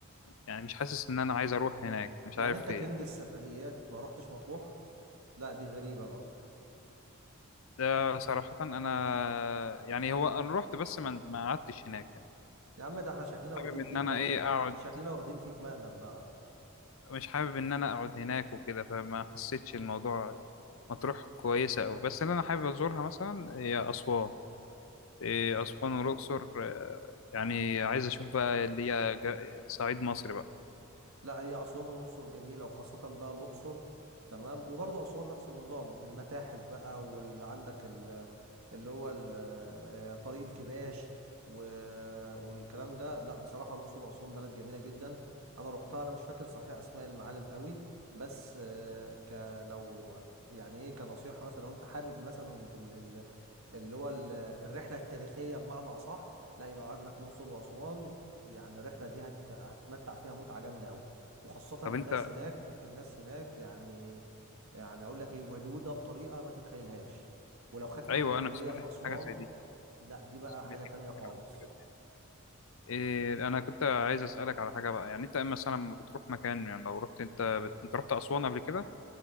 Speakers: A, on the left (about 65°); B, on the right (about 80°).
A: يعني مش حاسس ان انا عايز اروح هناك مش
B: يعني
A: عارف
B: انت كينج
A: ليه
B: السفريات ما رحتش مطروح لا دي غريبه بقى
A: ده صراحة أنا يعني هو أنا رحت بس ما ما قعدتش هناك يعني
B: يا عم ده احنا شكلنا واخدين
A: حابب إن
B: فيك
A: أنا
B: مقلب
A: إيه أقعد
B: شكلنا واخدين فيك مقلب بقى
A: مش حابب إن أنا أقعد هناك وكده فما حسيتش الموضوع مطروح كويسة أوي بس اللي أنا حابب أزورها مثلا هي أسوان إيه أسوان والأقصر آه، يعني عايز أشوف بقى اللي هي جا- صعيد مصر بقى
B: لا هي أسوان والأقصر جميلة وخاصة بقى الأقصر تمام وبرضه أسوان نفس النظام المتاحف بقى واللي عندك ال- اللي هو ال- آه، طريق الكباش و- والكلام ده لا بصراحة الأقصر وأسوان بلد جميلة جدا أنا روحتها أنا مش فاكر صحيح أسماء المعالم قوي بس آه، ك لو يعني ايه كنصيحة مثلا لو انت حابب مثلا اللي هو ال- الرحلة التاريخية بمعنى أصح لا يبقى عندك الأقصر وأسوان يعني الرحلة دي هت... هتتمتع فيها متعة جامدة أوي وخاصة الناس
A: طب أنت
B: هناك الناس هناك يعني يعني أقول لك إيه ودودة بطريقة ما تتخيلهاش ولو خدت
A: أيوه
B: رحلة نيلية
A: أنا سمعت
B: في أسوان
A: حاجة زي دي
B: لا دي بقى
A: سمعت
B: حاجة
A: كتير
B: تانية خالص
A: عن حاجة زي دي إيه أنا كنت عايز أسألك على حاجة بقى يعني أنت مثلا لما بتروح مكان يعني لو رحت أنت بت... أنت رحت أسوان قبل كده؟